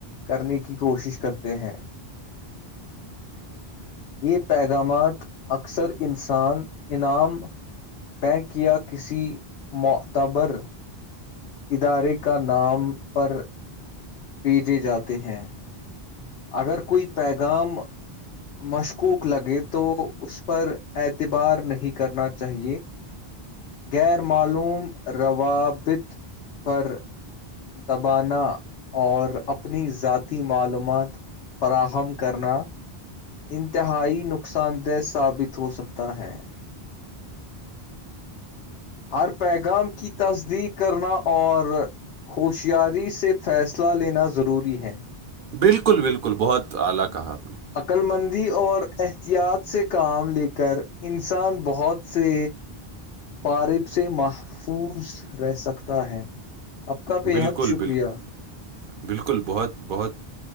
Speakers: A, on the left; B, on the right.
A: کرنے کی کوشش کرتے ہیں
B: <inaudible>
A: یہ پیغامات اکثر انسان انعام بینک یا کسی معتبر ادارے کا نام پر بھیجے جاتے ہیں اگر کوئی پیغام مشکوک لگے تو اس پر اعتبار نہیں کرنا چاہیے غیر معلوم روابط پر تبانا اور اپنی ذاتی معلومات فراہم کرنا <unintelligible> انتہائی نقصان دہ ثابت ہو سکتا ہے <unintelligible> ہر پیغام کی تصدیق کرنا اور ہوشیاری سے فیصلہ لینا ضروری ہے
B: بالکل بالکل بہت اعلی کہا آپ نے <unintelligible>
A: عقلمندی اور احتیاط سے کام لے کر انسان بہت سے فارب سے محفوظ رہ سکتا ہے اپ کا بے
B: بالکل
A: حد شکریہ
B: بالک بالکل بہت بہت